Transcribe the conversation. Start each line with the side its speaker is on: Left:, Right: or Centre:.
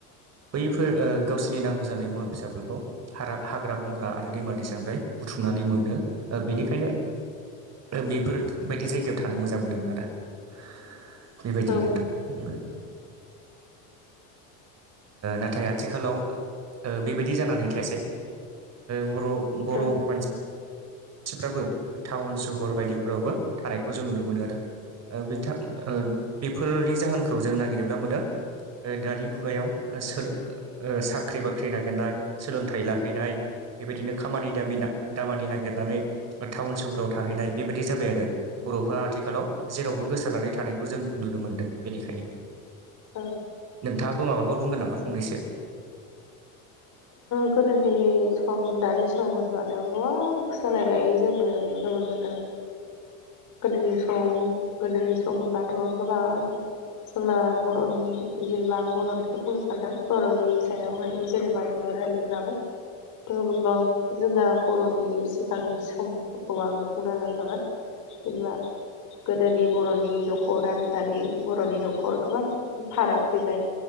Right: बैफोर गावसोरनि नांगौ जानाय मुवा बेसाफोरखौ ह हाग्रा बंग्रा आरो दैमा दैसानिफ्राय बुथुमनानै मोनो बेनिखायनो बेफोरबायदि जायगायाव थानो मोजां मोजां मोनोमोन आरो बेबायदि
Left: औ
Right: नोंथां। नाथाय आथिखालाव बेबायदि जानानै थायासै बर' बर'
Left: औ
Right: मानसि खाथिफ्राबो टाउन सहर बायदिफोरावबो थानायखौ जों नुनो मोनो आरो बिथां। बेफोरनि जाहोनखौ जों नागिरोब्ला मोनो दानि मुगायाव स साख्रि बाख्रि नागिरनाय सोलोंथाइ लाहैनाय बेबायदिनो खामानि दामि दामानि नागिरनानै टाउन सोहराव थाहैनाय बेबायदि जाबाय आरो बर'फ्रा आथिखालाव जेरावबो गोसारनानै थानायखौ जों नुनो मोनदों बेनिखायनो
Left: औ।
Right: नोंथाङाबो माबाफोर द बुंगोन नामा फनैसो
Left: गोदोनि सम दानि सम होनबाथ' गोबां सोलायनाय जोंनो नुनो मोनबोदों। गोरलैनि सम गोरलैै समब्लाथ' गोबां जोंना बर'नि जेनेबा आं बर'निखौनो बुंनो सानदों बर'नि सायावहाय जेनेबा लोगो नालाय गोबां जोंना बर'नि सिगांनि समफोरखौ आङो बुंनो नाजागोन। जेब्ला गोदोनि बर'नि न'खर आरो दानि बर'नि न'खर गोबां फाराग फैबाय